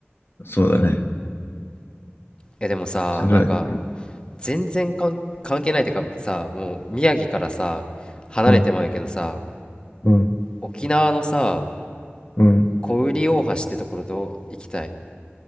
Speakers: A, on the left (about 60°); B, on the left (about 20°).
A: そうだね。
B: え、でもさ、
A: それはいいや。
B: なんか、全然関関係ないってかさ、もう、宮城からさ、離れてまうんやけどさ、
A: うん、うん、
B: 沖縄のさ、
A: うん。
B: 小売大橋ってところどう行きたい。